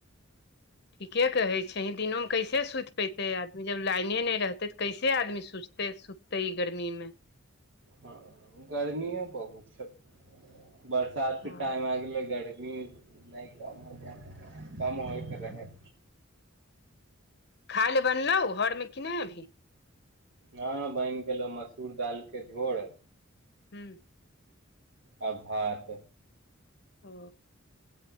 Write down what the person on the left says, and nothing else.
ठीके कहै छही दिनोंमे कैसे सुइत पेते आदमी जब लाइने नय रहते तऽ कैसे आदमी सुते सुते ई गर्मी में
हँ
खाय लए बनलौँ घरमे कि नय अभही
हूँ
ओ